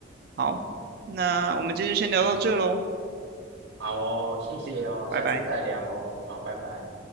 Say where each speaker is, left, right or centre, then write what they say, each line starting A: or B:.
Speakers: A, on the right; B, on the right.
A: 好，
B: 嗯，
A: 那我们今天先聊到这喽，
B: 好，好哦，谢谢哦，
A: 谢谢，拜拜。
B: 下次再聊哦，好，拜拜。